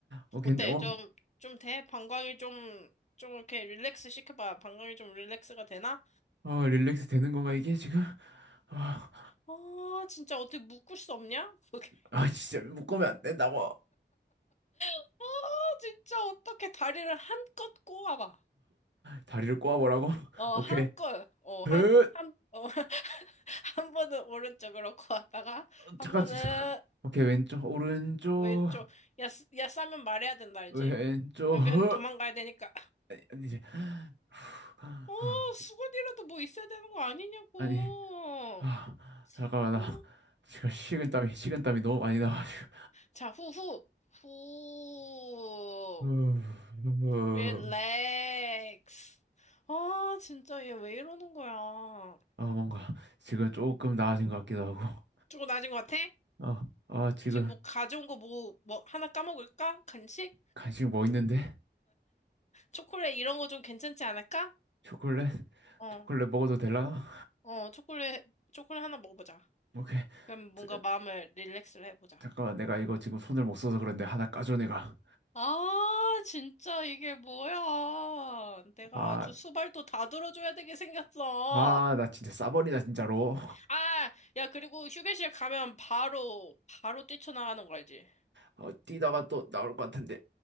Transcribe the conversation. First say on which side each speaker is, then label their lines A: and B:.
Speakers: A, on the right; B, on the left.
A: 오케이.
B: 어때?
A: 근데, 어,
B: 좀, 좀 돼? 방광이 좀, 좀 이렇게 릴렉스 시켜봐. 방광이 좀 릴렉스가 되나?
A: 어, 릴렉스 되는 건가, 이게 지금? 아,
B: 아, 진짜 어떻게 묶을 수 없냐? 그게.
A: 아, 진짜 묶으면 안 된다고.
B: 아, 진짜 어떻게 다리를 한껏 꼬아봐.
A: 다리를 꼬아보라고?
B: 어,
A: 오케이.
B: 한껏. 어, 한,
A: 으,
B: 한, 어, <laughs> 한 번은 오른쪽으로 꼬았다가, 한
A: 잠깐,
B: 번은
A: 잠깐. 오케이, 왼쪽, 오른쪽.
B: 왼쪽. 야, 쓰- 야, 싸면 말해야 된다, 알지?
A: 왼쪽
B: 안
A: 허-
B: 그러면 도망가야 되니까.
A: 아니 이제 <sighs>
B: 어, 수건이라도 뭐 있어야 되는 거 아니냐고.
A: 아니 아 잠깐만 나
B: 어,
A: 지금 식은땀이 식은땀이 너무 많이 나가지고
B: 자, 후, 후, 후,
A: 후,
B: 릴렉스. 아, 진짜 얘 왜 이러는 거야.
A: 아 뭔가 지금 조금 나아진 것 같기도 하고
B: 조금 낮은 것 같아?
A: 아아 지금
B: 지금 뭐 가져온 거 뭐, 뭐 하나 까먹을까? 간식?
A: 간식 뭐 있는데
B: 초콜릿 이런 거 좀 괜찮지 않을까?
A: 초콜릿
B: 어,
A: 초콜릿 먹어도 될라나
B: 어, 초콜릿, 초콜릿 하나 먹어보자.
A: 오케이
B: 그럼 뭔가
A: 자,
B: 마음을 릴렉스를 해보자.
A: 잠깐만 내가 이거 지금 손을 못 써서 그런데 하나 까줘 내가
B: 아, 진짜 이게 뭐야. 내가
A: 아
B: 아주 수발도 다 들어줘야 되게 생겼어.
A: 아 나 진짜 싸버리다 진짜로
B: 아, 야, 그리고 휴게실 가면 바로, 바로 뛰쳐나가는 거 알지?
A: 어 뛰다가 또 나올 것 같은데